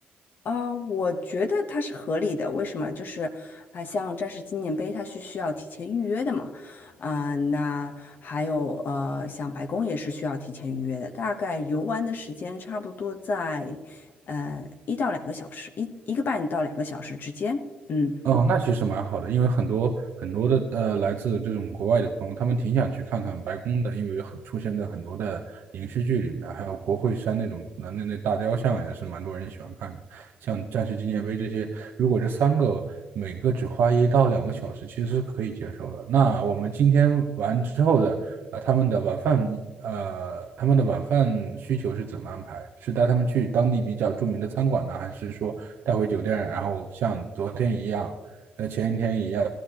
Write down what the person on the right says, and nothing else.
哦，那其实蛮好的，因为很多很多的呃，来自这种国外的朋友，他们挺想去看看白宫的，因为很出现在很多的影视剧里面，还有国会山那种那那那大雕像也是蛮多人喜欢看的。像战士纪念碑这些，如果这三个每个只花一到两个小时，其实是可以接受的。那我们今天完之后的呃，他们的晚饭呃，他们的晚饭需求是怎么安排？是带他们去当地比较著名的餐馆呢，还是说带回酒店，然后像昨天一样？呃，前一天一样